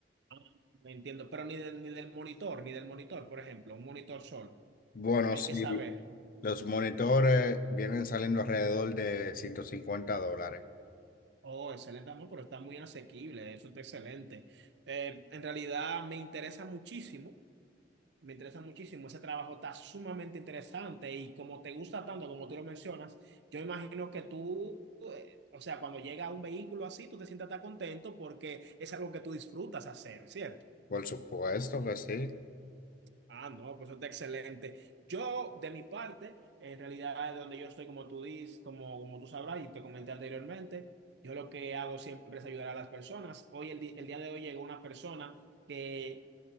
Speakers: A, on the right; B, on the left.
A: Ah, me entiendo. Pero ni del, ni del monitor, ni del monitor, por ejemplo, un monitor solo.
B: Bueno,
A: Hay
B: sí,
A: que saber.
B: los monitores vienen saliendo alrededor de 150 dólares.
A: Oh, excelente amor, pero está muy asequible, eso está excelente. Eh, en realidad me interesa muchísimo, me interesa muchísimo, ese trabajo está sumamente interesante y como te gusta tanto, como tú lo mencionas, yo imagino que tú, eh, o sea, cuando llega un vehículo así, tú te sientas tan contento porque es algo que tú disfrutas hacer, ¿cierto?
B: Por supuesto que sí.
A: Ah, no, pues eso está excelente. Yo, de mi parte, en realidad, donde yo estoy, como tú dices, como, como tú sabrás y te comenté anteriormente, yo lo que hago siempre es ayudar a las personas. Hoy, el, di- el día de hoy, llegó una persona que